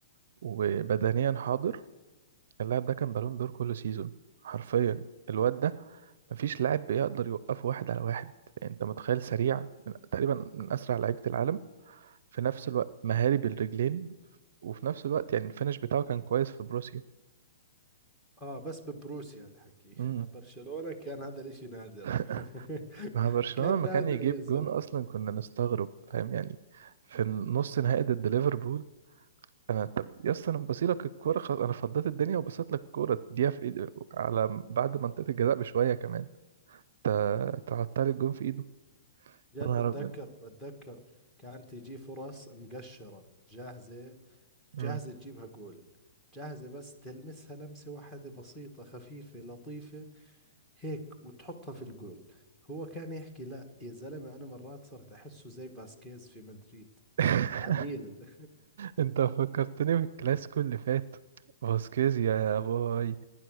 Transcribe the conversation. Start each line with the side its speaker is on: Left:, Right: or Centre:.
Right: وبدنيا حاضر اللاعب ده كان بالون دور كل سيزون حرفيا الواد ده مفيش لاعب بيقدر يوقفه واحد على واحد يعني انت متخيل سريع من تقريبا من اسرع لعيبة العالم في نفس الوقت مهاري بالرجلين وفي نفس الوقت يعني الفينش بتاعه كان كويس في بروسيا
Centre: اه بس ببروسيا الحكي <laughs>
Right: امم
Centre: مع برشلونة كان هذا الاشي نادر
Right: <laughs>
Centre: <laughs>
Right: مع برشلونة
Centre: كان
Right: لما
Centre: نادر
Right: كان يجيب
Centre: يا زلمة
Right: جون اصلا كنا نستغرب فاهم يعني في النص نهائي ضد ليفربول انا طب يا اسطى انا بصيلك الكوره خلاص انا فضيت الدنيا وبصيت لك الكوره تديها في ايد على بعد منطقه الجزاء بشويه كمان انت تعطل الجون في ايده
Centre: جد
Right: يا نهار
Centre: بتذكر
Right: ابيض
Centre: بتذكر كان تيجي فرص مقشرة جاهزة
Right: مم.
Centre: جاهزة تجيبها جول جاهزة بس تلمسها لمسة واحدة بسيطة خفيفة لطيفة هيك وتحطها في الجول هو كان يحكي لا يا زلمة أنا مرات صرت أحسه زي فاسكيز في مدريد
Right: <laughs>
Centre: <laughs> عميل
Right: انت فكرتني بالكلاسيكو اللي فات فاسكيز يا باي